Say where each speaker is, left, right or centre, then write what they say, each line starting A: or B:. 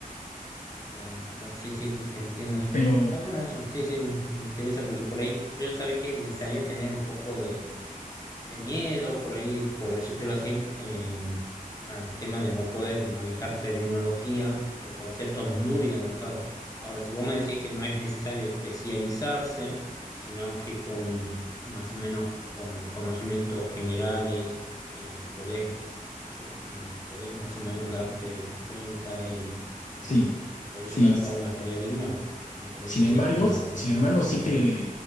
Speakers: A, on the left; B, on the left.
A: Claro, claro, sí, sí, sí, te entiendo ahí.
B: Pero
A: Está bueno eso, sí, sí, me interesa porque por ahí yo sabía que le sabía tener un poco de, de miedo, por ahí, por decírtelo así, eh, al tema de no poder manejar terminología o conceptos muy avanzados. Ahora, si vos me decís que no es necesario especializarse, sino que con más o menos con conocimientos generales eh, podés pro- eh, podés más o menos darte vuelta y, y,
B: sí,
A: y podés
B: sí,
A: llevar a
B: sí.
A: cabo una tarea digna, me parece
B: Sin
A: que
B: embargo,
A: es una, una
B: sin
A: buena
B: embargo,
A: oportunidad.
B: sí te,